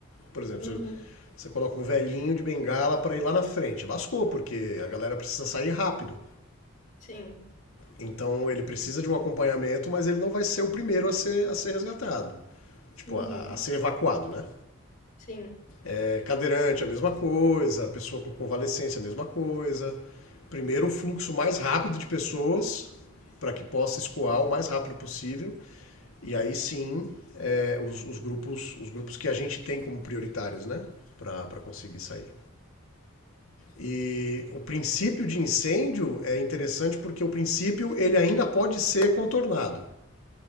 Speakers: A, on the left; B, on the left.
A: Por exemplo,
B: Uhum,
A: você coloca um velhinho de bengala para ir lá na frente. Lascou, porque a galera precisa sair rápido.
B: sim.
A: Então ele precisa de um acompanhamento, mas ele não vai ser o primeiro a ser, a ser resgatado. Tipo,
B: Uhum,
A: a, a ser evacuado, né?
B: sim.
A: É, cadeirante, a mesma coisa. Pessoa com convalescência, a mesma coisa. Primeiro, o fluxo mais rápido de pessoas para que possa escoar o mais rápido possível. E aí sim, é, os, os, grupos, os grupos que a gente tem como prioritários, né? Para conseguir sair. E o princípio de incêndio é interessante porque o princípio ele ainda pode ser contornado.